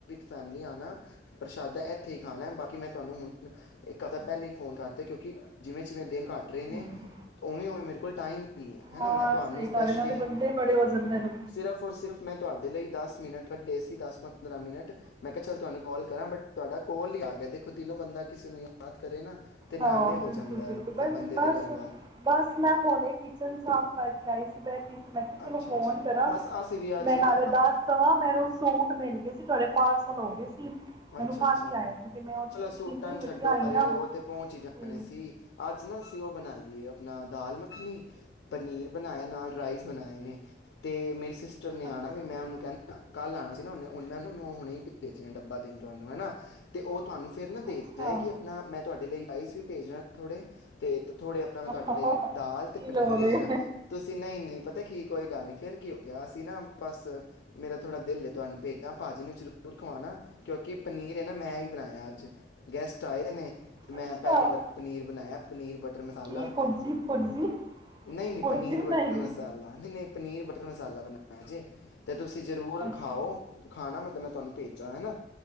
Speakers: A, on the left (about 80°); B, on the right (about 25°).
A: ਫੈਮ ਆਣਾ ਪ੍ਰਸ਼ਾਦਾ ਇੱਥੇ ਹੀ ਖਾਣਾ ਬਾਕੀ ਮੈਂ ਤੁਹਾਨੂੰ ਹੁਣ ਇੱਕ ਹਫ਼ਤਾ ਪਹਿਲੇ ਹੀ ਫੋਨ ਕਰ ਦਿੱਤਾ, ਕਿਉਂਕਿ ਜਿਵੇਂ ਜਿਵੇਂ ਦਿਨ ਘੱਟ ਰਹੇ
B: ਹਮ
A: ਨੇ ਉਵੇਂ ਉਵੇਂ ਮੇਰੇ ਕੋਲ ਟਾਈਮ ਨਹੀਂ ਹੈ ਹੈਨਾ
B: ਹਾਂ
A: ਮੈਂ ਤੁਹਾਨੂੰ
B: ਸਹੀ
A: ਸਪੈਸ਼ਲੀ
B: ਕ ਇਹ ਨਾਲੇ ਬੰਦੇ ਬੜੇ ਹੋ ਜਾਂਦੇ ਨੇ
A: ਸਿਰਫ ਔਰ ਔਰ ਮੈਂ, ਤੁਹਾਡੇ ਲਈ ਦਸ ਮਿੰਟ ਕੱਢੇ ਸੀ ਦਸ ਪੰਦਰਾਂ ਮਿੰਟ ਮੈਂ ਕਿਹਾ ਚੱਲ ਤੁਹਾਨੂੰ ਕਾਲ ਕਰਾਂ ਬਟ ਤੁਹਾਡਾ ਕੋਲ ਹੀ ਆ ਗਿਆ। ਕੋ ਦਿਲੋ ਬੰਦਾ ਕਿਸੇ ਨੂੰ ਯਾਦ ਕਰੇ ਨਾ। ਤੇ ਨਾਲੇ
B: ਹਾਂ
A: ਹੋ
B: ਬਿਲਕੁਲ
A: ਜਾਂਦਾ ਹੈ,
B: ਬਿਲਕੁਲ
A: ਮਤਲਬ ਬੰਦੇ
B: ਬਸ
A: ਦੀ ਗੱਲਬਾਤ
B: ਬਸ ਮੈਂ ਹੁਣੇ ਕਿਚਨ ਸਾਫ਼ ਕਰਕੇ ਚ ਸ ਬੈਂਤੀ, ਮੈਂ ਕਿਹਾ ਚਲੋ
A: ਅੱਛਾ
B: ਫੋਨ
A: ਅੱਛਾ
B: ਕਰਾਂ,
A: ਬਸ ਅਸੀਂ ਵੀ ਅੱਜ
B: ਮੈਂ ਨਾਲੇ
A: ਨਾ
B: ਦਸ ਦੇਵਾਂ। ਮੈਨੂੰ ਸੂਟ ਮਿਲ ਗਏ ਸੀ, ਤੁਹਾਡੇ ਪਾਰਸਲ ਹੋ ਗਏ। ਸੀ ਮੈਨੂੰ
A: ਅੱਛਾ
B: ਕੱਲ
A: ਅੱਛਾ
B: ਹੀ ਆਇਆ ਸੀ ਤੇ ਮੈਂ ਉਹਦੀ
A: ਚਲੋ
B: ਫਿਟਿੰਗ
A: ਸੂਟਾਂ
B: ਇੰਨੀ
A: ਨੂੰ
B: ਵਧੀਆ
A: ਛੱਡੋ
B: ਆਈ
A: ਪਰੇ
B: ਨਾ
A: ਉਹ ਤੇ ਪਹੁੰਚ ਹੀ ਜਾਣ।
B: ਤੇ
A: ਬਣੇ ਸੀ ਅੱਜ ਨਾ ਸੀ ਉਹ ਬਣਾ ਆਪਣਾ ਦਾਲ ਮੱਖਣੀ ਪਨੀਰ ਬਣਾਇਆ ਨਾਲ ਰਾਈਸ ਬਣਾਏ ਨੇ ਤੇ ਮੇਰੀ ਸਿਸ ਨੇ
B: ਅੱਛਾ
A: ਆਣਾ ਵੀ ਮੈਂਨੂੰ ਕਹਿੰਦਾ। ਕੱਲ ਆਣਾ ਸੀ, ਨਾ ਉਹਨੇ ਨੁੰ ਨੋਨ ਐ ਵੇਚੇ ਡੱਬਾ ਦਿੰਦੇ। ਨਾ ਤੇ ਉਹ ਤੁਹਾਨੂੰ ਫਿਰ ਨਾ ਦੇ
B: ਅੱਛਾ
A: ਜਾਏਗੀ ਆਪਣਾ ਮੈਂ ਤੁਹਾਡੇ ਲਈ ਰਾਈਸ ਵੀ ਭੇਜਣਾ ਥੋੜੇ ਤੇ ਥੋੜ੍ਹੇ ਆਪਣਾ ਮੈਂ
B: ਅੱਛਾ
A: ਤੁਹਾਡੇ ਲਈ ਦਾਲ ਅਤੇ
B: ਕੀ
A: ਪਨੀਰ
B: ਲੋੜ
A: ਭੇਜ
B: ਏ
A: ਰਿਹਾ ਤੁਸੀਂ ਨਾ ਇੰਨੇ ਪਤਾ ਕੀ ਕੋਈ ਗੱਲ ਨੀ ਫੇਰ ਕੀ ਹੋ ਗਿਆ, ਅਸੀਂ ਨਾ ਬਸ ਮੇਰਾ ਥੋੜਾ ਦਿਲ ਤੁਹਾਨੂੰ ਭੇਜਣਾ ਭਾਜੀ ਨੂੰ ਜ਼ਰੂਰ ਖਵਾਉਣਾ ਕਿਉਂਕਿ ਪਨੀਰ ਹੈ ਨਾ ਮੈਂ ਹੀ ਬਣਾਇਆ ਅੱਜ ਗੈਸਟ ਆਏ ਦੇ ਨੇ ਮੈਂ
B: ਅੱਛਾ
A: ਪਹਿਲੀ ਵਾਰ ਪਨੀਰ ਬਣਾਇਆ ਪਨੀਰ ਬੜਾ ਮਸਾਲਾ
B: ਕੀ ਪੁਰਜੀ ਪੁਰਜੀ
A: ਨਹੀਂ ਨਹੀਂ
B: ਪੁਰਜੀ
A: ਪਨੀਰ
B: ਬਣਾਈ
A: ਬਟਰ
B: ਏ?
A: ਮਸਾਲਾ ਨਹੀਂ ਨਹੀਂ ਪਨੀਰ ਬ ਮਟਰ ਮਸਾਲਾ ਬਣਾਣਾ ਜੇ ਤੇ ਤੁਸੀਂ ਜਰੂਰ
B: ਅੱਛਾ
A: ਖਾਓ, ਖਾਣਾ ਮਤਲਬ ਮੈਂ ਤੁਹਾਨੂੰ ਭੇਜਾ ਹਨਾ।